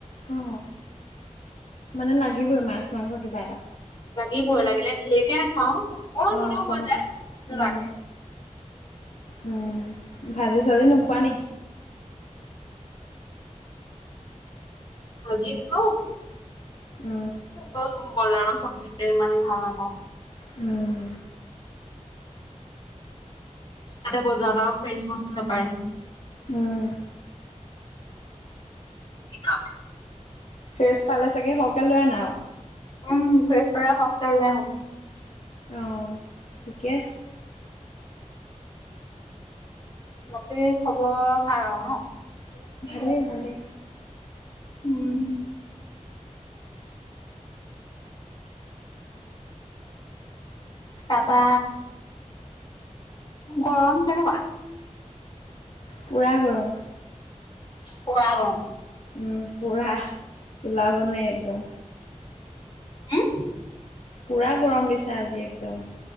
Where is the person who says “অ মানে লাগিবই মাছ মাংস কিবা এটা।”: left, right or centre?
Left